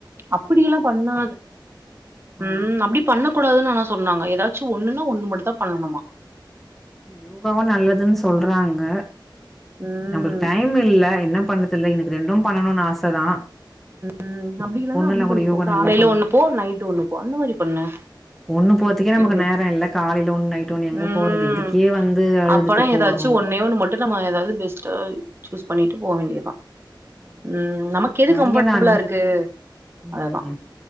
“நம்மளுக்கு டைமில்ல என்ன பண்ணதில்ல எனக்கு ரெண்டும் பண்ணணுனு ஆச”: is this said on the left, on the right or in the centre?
Centre